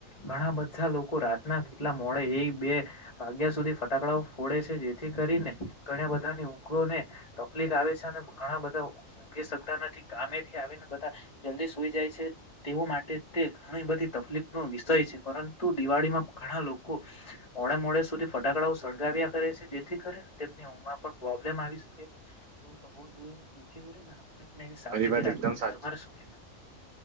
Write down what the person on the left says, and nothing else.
ઘણા બધા લોકો રાતના કેટલા મોડે એક બે વાગ્યા સુધી ફટાકડાઓ ફોડે છે જેથી કરીને ઘણા બધાની ઊંઘોને તકલીફ આવે છે અને ઘણા બધા શકતા નથી ગામે થી આવીને બધા જલ્દી ઈ જાય છે તેઓ માટે તે ઘણી બધી તકલીફનો વિષય છે પરંતુ દિવાળીમાં ઘણા લોકો મોડે મોડે સુધી ફટાકડાઓ સળગાવ્યા કરે છે જેથી કરીને તેમની ઊગમાં પણ પ્રોબ્લેમ આવી સાવચેતી
રાખવી
જોઈએ
તમારે શું કેવાય